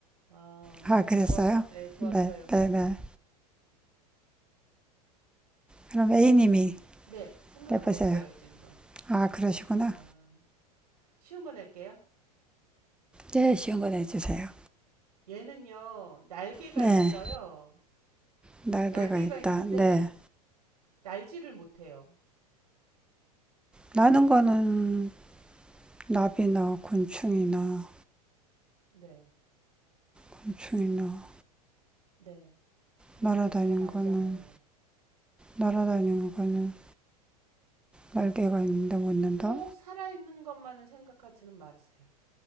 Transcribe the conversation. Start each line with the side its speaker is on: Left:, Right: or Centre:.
Right: 아,
Centre: 아, 그랬어요?
Right: 좋았, 네, 좋았어요,
Centre: 네네네.
Right: 비니.
Centre: 그럼 A님이
Right: 네, 생각하고
Centre: 내보세요.
Right: 있어요, 질문.
Centre: 아, 그러시구나.
Right: 아, 쉬운 거 낼게요.
Centre: 네, 쉬운 거 내주세요.
Right: 얘는요, 날개가
Centre: 네,
Right: 있어요.
Centre: 날개가
Right: 날개가
Centre: 있다.
Right: 있는데,
Centre: 네.
Right: 날지를 못해요.
Centre: 나는 거는 나비나 곤충이나,
Right: 네,
Centre: 곤충이나,
Right: 네. 걔네는
Centre: 날아다니는
Right: 다 날잖아요.
Centre: 거는, 날아다니는 거는 날개가 있는데 못 난다?
Right: 꼭 살아있는 것만을 생각하지는 마세요.